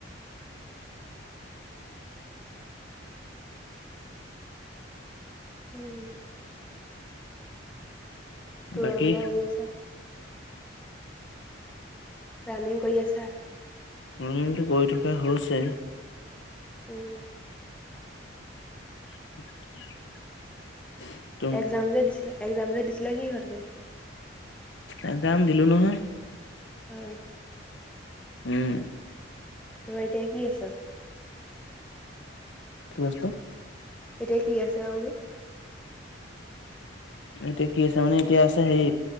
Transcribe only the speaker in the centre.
উম। টোৰাই
গোলাই গৈ আছে। ৰানিং কৰি আছা?
উম।
একজাম যে দিছিলে একজাম যে দিছিলে কি হ'লি?
আও।
তোমাৰ এতিয়া কি আছাও।
এতিয়া কি আছে আও বি